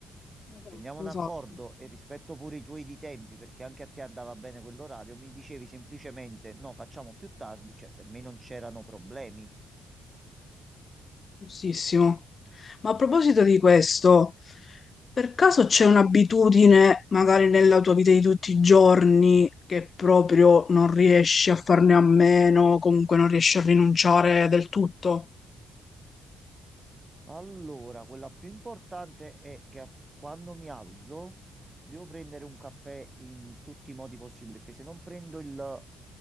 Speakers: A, on the right (about 20°); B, on the left (about 40°).
A: Se
B: Esatto,
A: prendiamo un accordo
B: esatto.
A: e rispetto pure i tuoi di tempi, perché anche a te andava bene quell'orario, mi dicevi semplicemente no, facciamo più tardi, cioè per me non c'erano problemi.
B: Giustissimo. Ma a proposito di questo, per caso c'è un'abitudine, magari nella tua vita di tutti i giorni, che proprio non riesci a farne a meno, o comunque non riesci a rinunciare del tutto?
A: Allora, quella più importante è che a- quando mi alzo devo prendere un caffè in tutti i modi possibili, perché se non prendo il,